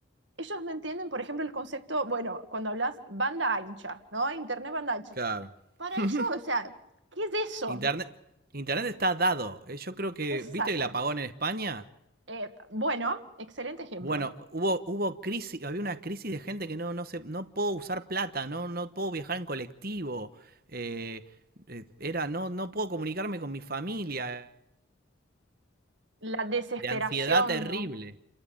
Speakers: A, on the right; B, on the right.
A: Ellos no entienden, por ejemplo, el concepto, bueno, cuando hablas banda ancha, ¿no? Internet banda ancha.
B: Claro.
A: Para
B: <laughs>
A: ellos, o sea, ¿qué es eso?
B: Internet, Internet está dado. Eh, Yo creo que,
A: Exacto.
B: ¿viste el apagón en España?
A: Eh, bueno, excelente ejemplo.
B: Bueno, hubo, hubo crisis, había una crisis de gente que no, no se, no puedo usar plata, no, no puedo viajar en colectivo, eh, eh, era, no, no puedo comunicarme con mi familia.
A: La desesperación,
B: de ansiedad terrible.
A: ¿no?